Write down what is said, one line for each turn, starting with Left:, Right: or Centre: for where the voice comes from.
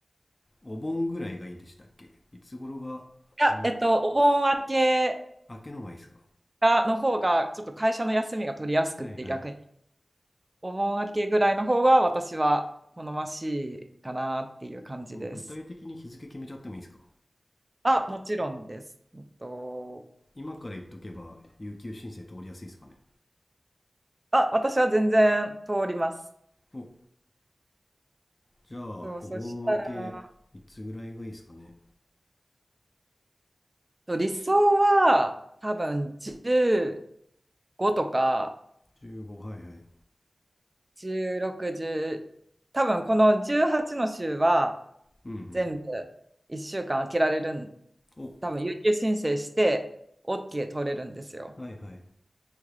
Left: お盆ぐらいがいいでしたっけいつ頃が、
Right: や、
Left: あの、
Right: えっと、お盆明け
Left: 明けのがいいですか
Right: がの方が、ちょっと会社の休みが取りやすくって逆に。
Left: はいはい。
Right: お盆明けぐらいの方が私は好ましいかなっていう感じです。
Left: でも具体的に日付決めちゃってもいいですか
Right: あ、もちろんです。えっと、
Left: 今から言っとけば有給申請通りやすいですかね
Right: あ、私は全然通ります。
Left: お、じゃあ、
Right: そう、
Left: お盆明け、
Right: そしたら、えっ
Left: いつぐらいがいいですかね。
Right: と理想は多分15とか
Left: 15、はいはい。
Right: 16、1多分この18の週は
Left: うんうん。
Right: 全部1週間空けられるん、
Left: お、
Right: 多分有給申請して OK 取れるんですよ。
Left: はいはい。